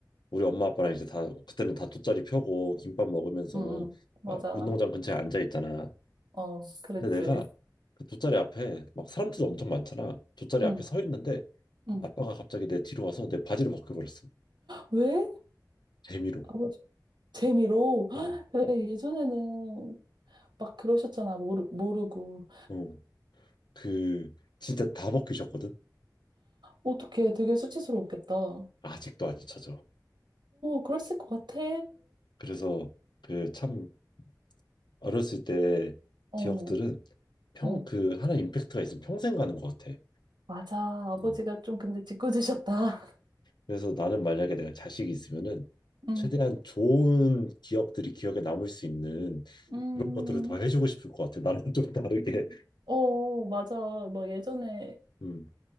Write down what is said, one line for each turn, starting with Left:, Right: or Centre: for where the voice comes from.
Left: 우리 엄마 아빠랑 이제 다 그때는 다 돗자리 펴고 김밥 먹으면서
Right: 응, 응. 맞아.
Left: 막 운동장 근처에 앉아 있잖아.
Right: 어, 그랬지.
Left: 근데 내가 그 돗자리 앞에 막 사람들도 엄청 많잖아. 돗자리
Right: 응,
Left: 앞에 서 있는데
Right: 응.
Left: 아빠가 갑자기 내 뒤로 와서 내 바지를 벗겨버렸어.
Right: 왜?
Left: 재미로.
Right: 아버지, 재미로.
Left: 어,
Right: 그래, 예전에는 막 그러셨잖아. 모르, 모르고.
Left: 어. 그 진짜 다 벗기셨거든.
Right: 어떡해. 되게 수치스러웠겠다. 어,
Left: 아직도 안 잊혀져.
Right: 그랬을 것 같아.
Left: 그래서 그 참 어렸을 때
Right: 어,
Left: 기억들은 평
Right: 어.
Left: 그 하나 임팩트가 있으면 평생 가는 것 같아.
Right: 맞아. 아버지가
Left: 음.
Right: 좀 근데 짓궂으셨다.
Left: 그래서 나는 만약에 내가 자식이 있으면은
Right: <laughs> 응.
Left: 최대한 좋은 기억들이 기억에 남을 수 있는
Right: 음,
Left: 그런 것들을 더 해주고 싶을 것 같아. 나랑 좀 다르게.
Right: 어, 맞아. 막 예전에
Left: 음,